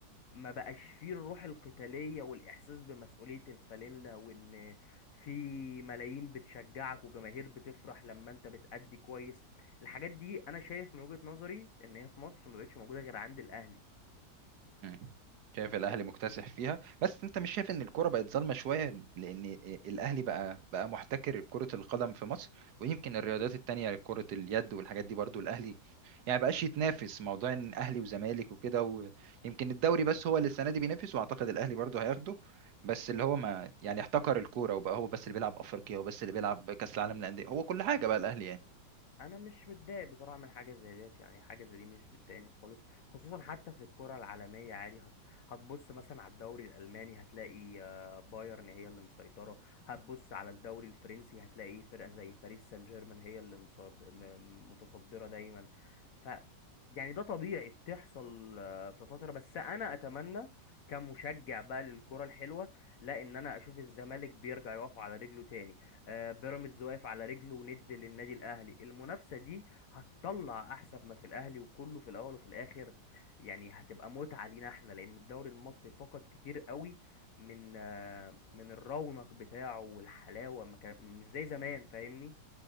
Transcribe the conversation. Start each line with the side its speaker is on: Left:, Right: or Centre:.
Left: ما بقاش فيه الروح القتالية والإحساس بمسؤولية الفانلة وإن في ملايين بتشجعك وجماهير بتفرح لما أنت بتأدي كويس الحاجات دي أنا شايف من وجهة نظري إن هي في مصر ما بقتش موجودة غير عند الأهلي
Right: مم. شايف الاهلي مكتسح فيها بس انت مش شايف ان الكوره بقت ظالمه شويه لان الاهلي بقى بقى محتكر كره القدم في مصر ويمكن الرياضات التانية يعني كره اليد والحاجات دي برضو الاهلي يعني بقاش يتنافس موضوع ان اهلي وزمالك وكده ويمكن الدوري بس هو اللي السنه دي بينافس واعتقد الاهلي برضو هياخده بس اللي هو ما يعني احتكر الكوره وبقى هو بس اللي بيلعب افريقيا وبس اللي بيلعب كاس العالم للانديه هو كل حاجه بقى الاهلي يعني
Left: انا مش متضايق بصراحه من حاجه زي ديت يعني حاجه زي دي مش بتضايقني خالص خصوصا حتى في الكره العالميه عادي هت... هتبص مثلا على الدوري الالماني هتلاقي آه، بايرن هي اللي مسيطره هتبص على الدوري الفرنسي هتلاقي فرقه زي باريس سان جيرمان هي اللي مصد... م... م- متصدره دايما ف يعني ده طبيعي بتحصل آه، في فتره بس انا اتمنى كمشجع بقى للكره الحلوه لا ان انا اشوف الزمالك بيرجع يقف على رجله تاني آه، بيراميدز واقف على رجله وند للنادي الاهلي المنافسه دي هتطلع احسن ما في الاهلي وكله في الاول وفي الاخر يعني هتبقى متعه لينا احنا لان الدوري المصري فقد كتير قوي من آه، من الرونق بتاعه والحلاوه ما كان مش زي زمان فاهمني